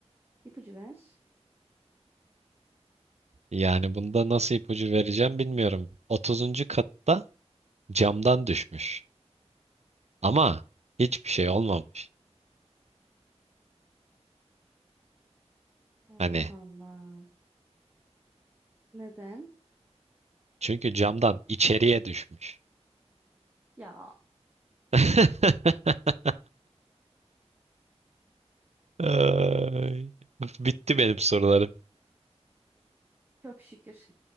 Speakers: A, on the right; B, on the right.
A: İpucu ver.
B: Yani bunda nasıl ipucu vereceğim bilmiyorum. 30. katta Camdan düşmüş. Ama hiçbir şey olmamış.
A: Allah
B: Hani
A: Allah. Neden?
B: çünkü camdan içeriye düşmüş.
A: Ya
B: <laughs> Ay, bitti benim sorularım.
A: çok şükür.